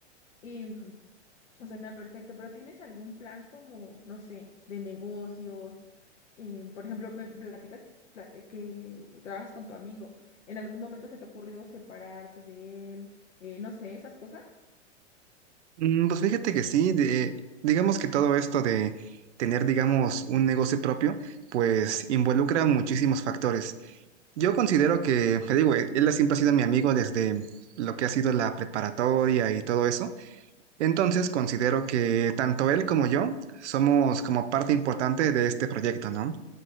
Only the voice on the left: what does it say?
Y mm, suena perfecto, pero ¿tienes algún plan como, no sé, de negocios? Eh, por ejemplo, me platicas que, pla- eh, que trabajas con tu amigo. ¿En algún momento se te ha ocurrido separarte de él? Eh, no sé, esas cosas.